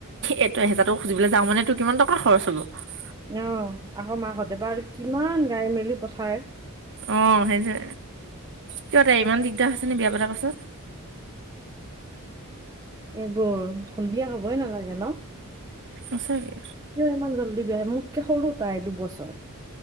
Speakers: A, on the right; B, on the right.
A: এইটো এহেজাৰটো খুজিবলৈ যাওঁতে মানে টোৰ কিমান টকা খৰচ হ'ব
B: অ আকৌ মাকহঁতে বা আৰু কিমান গাই মেলি পঠায়
A: অ' সেই যে কিয় তাইৰ ইমান দিগদাৰ হৈছে ন বিয়া পতাৰ পাছত
B: এইবোৰ বিয়া হবই নালাগে ন?
A: সচাকে
B: কিয় ইমান জল্দি বিয়া হৈ মোতকে সৰু তাই দুবছৰ।